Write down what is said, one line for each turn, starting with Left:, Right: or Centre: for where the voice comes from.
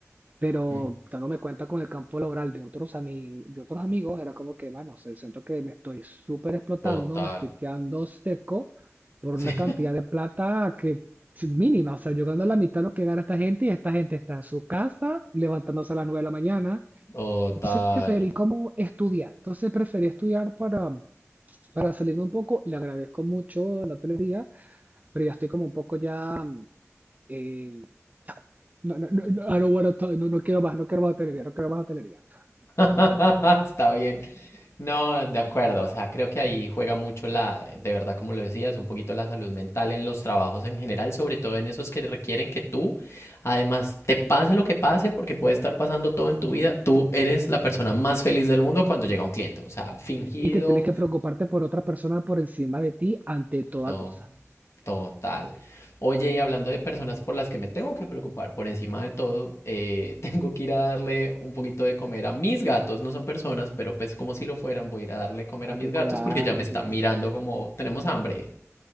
Right: pero
Left: Mm,
Right: dándome cuenta con el campo laboral de otros, ami- de otros amigos, era como que, mano, o sea, siento que me estoy súper explotando,
Left: Total.
Right: me estoy quedando seco por una
Left: <laughs>
Right: cantidad
Left: Sí.
Right: de plata que es mínima. O sea, yo gano la mitad de lo que gana esta gente y esta gente está en su casa levantándose a las 9 de la mañana.
Left: Total.
Right: Entonces preferí como estudiar. Entonces preferí estudiar para, para salirme un poco. Le agradezco mucho la hotelería, pero ya estoy como un poco ya... mm, eh, no, no, no, no, I don't wanna talk- no, no quiero más, no quiero más hotelería, no quiero más hotelería.
Left: <laughs> Está bien. No, de acuerdo. O sea, creo que ahí juega mucho la, de verdad, como lo decías, un poquito la salud mental en los trabajos en general, sobre todo en esos que requieren que tú, además, te pase lo que pase, porque puede estar pasando todo en tu vida, tú eres la persona más feliz del mundo cuando llega un cliente. O sea, fingido,
Right: y que tienes que preocuparte por otra persona por encima de ti ante toda
Left: no,
Right: cosa.
Left: total. Oye, y hablando de personas por las que me tengo que preocupar, por encima de todo, eh, <laughs> tengo que ir a darle un poquito de comer a mis gatos. No son personas, pero pues como si lo fueran, voy a ir a darle comer
Right: Hay
Left: a mis
Right: que cuidarlos.
Left: gatos porque ya me están mirando como tenemos hambre.